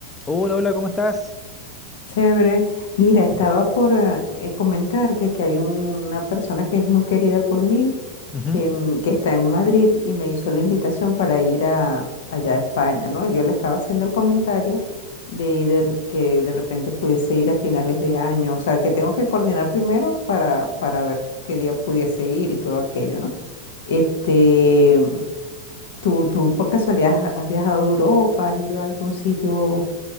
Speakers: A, on the left (about 15°); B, on the left (about 65°).
A: Hola, hola, ¿cómo estás?
B: Chévere. Mira, estaba por ah, eh, comentarte que hay un- una persona que es muy querida por mí,
A: Ujú.
B: que, mm, que está en Madrid y me hizo la invitación para ir a, allá a España, ¿no? Y yo le estaba haciendo el comentario de, de r- que de repente pudiese ir a finales de año, o sea, que tengo que coordinar primero para, para ver qué día pudiese ir y todo aquello, ¿no? Este, ¿tú, tú por casualidad has viajado a Europa? ¿Has ido a algún sitio